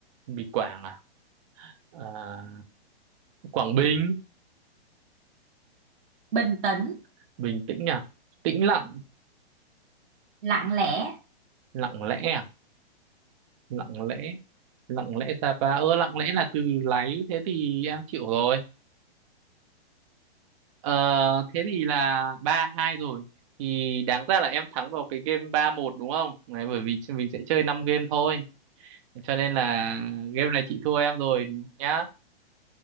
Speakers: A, on the right; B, on the right.
A: mì Quảng à, à Quảng Bình
B: bình tĩnh
A: bình tĩnh à tĩnh lặng
B: lặng lẽ
A: lặng lẽ à lặng lẽ lặng lẽ Sapa ơ lặng lẽ là từ láy thế thì em chịu rồi ờ thế thì là ba hai rồi thì đáng ra là em thắng vào cái game ba một đúng không Đấy, bởi vì mình sẽ chơi năm game thôi cho nên là game này chị thua em rồi nhá